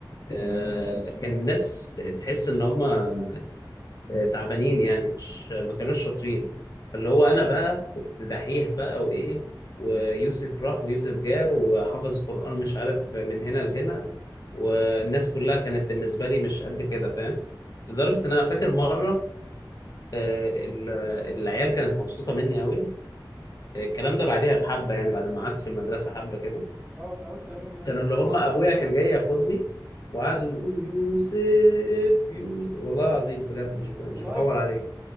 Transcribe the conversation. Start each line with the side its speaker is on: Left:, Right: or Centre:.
Left: آه
Right: اه
Left: كان الناس تحس ان هم آه، تعبانين يعني مش ما كانوش شاطرين فاللي هو انا بقى كنت دحيح بقى وايه ويوسف راح ويوسف جه وحافظ قرآن مش عارف من هنا لهنا والناس كلها كانت بالنسبة لي مش قد كده فاهم لدرجة ان
Right: ايوه
Left: انا فاكر
Right: ايوه
Left: مرة آه، ال- العيال كانت مبسوطة مني قوي الكلام ده بعديها بحبة يعني بعد ما قعدت في المدرسة حبة كده
Right: اه اتعودت عليهم يعني
Left: كانوا
Right: كده
Left: اللي هم ابويا كان جاي ياخدني وقعدوا يقولوا يوسف يوسف والله العظيم بجد مش مش
Right: والله
Left: بحور عليك